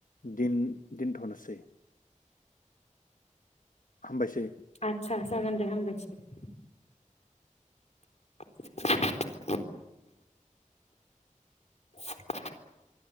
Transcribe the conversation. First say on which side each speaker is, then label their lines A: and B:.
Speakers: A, on the left (about 85°); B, on the left (about 55°).
A: दिन दिनथ'नोसै। हामबासै
B: आदसा जागोन दे हामबायसै । <unintelligible> <inaudible>